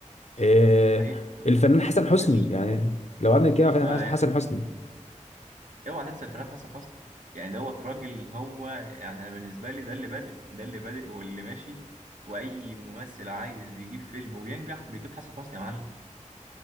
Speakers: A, on the left; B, on the right.
A: آه،
B: حقيقي
A: الفنان حسن حسني
B: باش
A: يعني لو قعدنا نتكلم
B: أيوه
A: عن الفنان حسن حسن حسني
B: اوعى تنسى الفنان حسن حسني يعني دوت راجل هو يعني انا بالنسبه لي ده اللي بادئ ده اللي بادئ واللي ماشي واي ممثل عايز يجيب فيلم وينجح بيجيب حسن حسني يا معلم